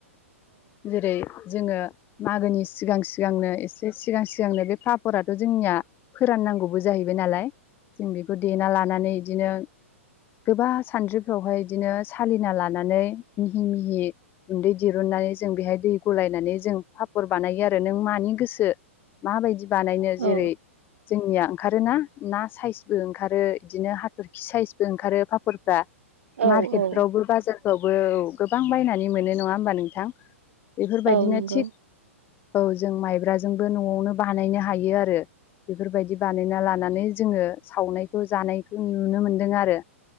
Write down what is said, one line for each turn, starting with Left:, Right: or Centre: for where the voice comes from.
Left: जेरै जोङो मागोनि सिगां सिगांनो एसे सिगां सिगांनो बे पाफोराथ' जोंनिया फोराननांगौबो जाहैबाय नालाय जों बेखौ देना लानानै बिदिनो गोबां सानद्रिफ्रावहाय बिदिनो सालिना लानानै मिहि मिहि गुन्दै दिरुननानै जों बेहाय दै गलायनानै जों पापर बानायो आरो नों मानि गोसो माबायदि। बानायनो जेरै
Right: औ
Left: जोंनिया ओंखारोना ना साइजबो ओंखारो बिदिनो हाथरखि साइजबो ओंखारो पापरफ्रा।
Right: औ
Left: मार्केटफ्रावबो
Right: औ
Left: बाजार खौबो गोबां बायनानै मोनो नङा होमबा नोंथां। बेफोरबायदिनो
Right: औ नंगौ
Left: थिग औ जों माइब्राजोंबो न'आवनो बानायनो हायो आरो बेफोरबायदि बानायना लानानै जोङो सावनायखौ जानायखौ नुनो मोनदों आरो